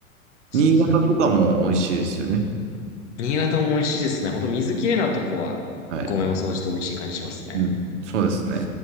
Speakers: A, on the left (about 55°); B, on the right (about 55°).
A: それぞれのよ。
B: 新潟とかも美味しいですよね。
A: 新潟も美味しいですね。ほんと水きれいなとこは、
B: はい。
A: お米もそうして美味しい感じしますね。
B: うん。そうですね。